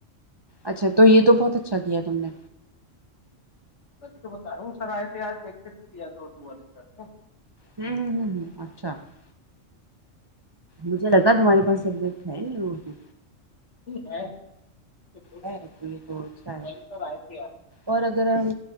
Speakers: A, on the right; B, on the left.
A: اچھا تو یہ تو بہت اچھا کیا تم نے
B: الی تو بتا رہا ہوں سر آئے تھے آج نیکسٹ بھی دیا تھا اٹو والے سر نے <unintelligible>
A: ہوں ہ ہ ہ اچھا <unintelligible> مجھے لگا تمہارے پاس سبجیکٹ ہے نہیں وہ بھی
B: ہے بول
A: ہے تو یہ تو اچھا ہے
B: رہل سر آئے تھے آج <unintelligible>
A: اور اگر ہم